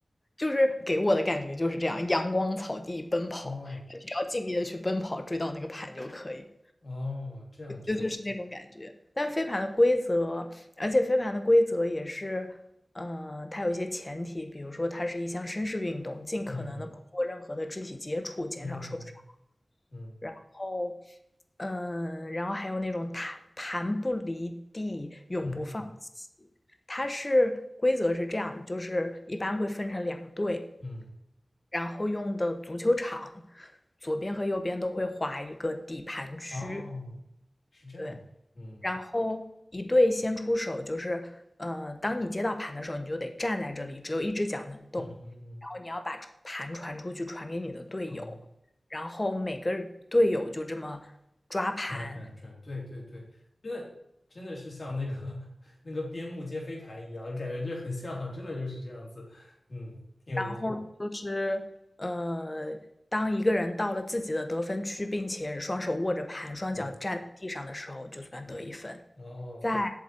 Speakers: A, on the left; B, on the left.
A: 就是给我的感觉就是这样，阳光草地奔跑，
B: 哦
A: 你只要尽力的去奔跑，追到那个盘就可以。
B: 哦，这样这样，
A: 就就是那种感觉。但飞盘的规则，而且飞盘的规则也是，呃，它有一些前提，比如说它是一项绅士运动，尽可能的不做任何的肢体接触，
B: 嗯嗯
A: 减少受伤。
B: 嗯嗯
A: 然后，嗯，然后还有那种弹盘不离地，永不放弃。
B: 嗯嗯嗯嗯。
A: 它是规则是这样，就是一般会分成两队，
B: 嗯
A: 然后用的足球场左边和右边都会划一个底盘区，
B: 哦，是这样的，
A: 对，
B: 嗯
A: 然后一队先出手，就是呃，当你接到盘的时候，你就得站在这里，只有一只脚能动，
B: 嗯嗯嗯，
A: 然后你要把盘传出去，传给你的队友，
B: 哦，
A: 然后每个队友就这么抓盘，
B: 转转转，对对对，真的真的是像那个 <laughs> 那个边牧接飞盘一样，感觉这很像啊真的就是这样子，嗯，挺有意思的，
A: 然后就是呃，当一个人到了自己的得分区，并且双手握着盘，双脚站在地上的时候，
B: 嗯
A: 就算得一分。
B: 嗯，哦
A: 在